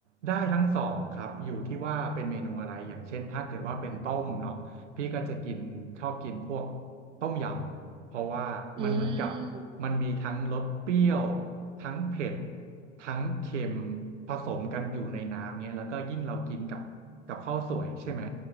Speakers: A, on the right; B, on the right.
A: ได้ทั้งสองครับอยู่ที่ว่าเป็นเมนูอะไรอย่างเช่นถ้าเกิดว่าเป็นต้มเนาะพี่ก็จะกินชอบกินพวกต้มยำเพราะว่ามันเหมือนกับ
B: อืม
A: มันมีทั้งรสเปรี้ยวทั้งเผ็ดทั้งเค็มผสมกันอยู่ในน้ำเนี้ยแล้วก็ยิ่งเรากินกับกับข้าวสวยใช่ไหม